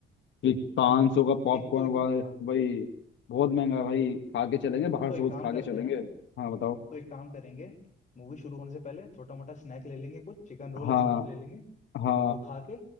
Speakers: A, on the left (about 70°); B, on the left (about 35°).
A: कि पाँच सौ का पॉपकॉर्न
B: एक तो एक,
A: भाई
B: हाँ
A: भाई बहुत महंगा है भाई खा के चलेंगे बाहर
B: तो
A: से
B: एक
A: कुछ
B: काम
A: खा के
B: करते
A: चलेंगे
B: हैं
A: हाँ बताओ
B: तो एक काम करेंगे मूवी शुरू होने से पहले छोटा मोटा स्नैक ले लेंगे कुछ चिकन रोल
A: हाँ
B: ऐसा कुछ ले लेंगे
A: हाँ
B: वो खा के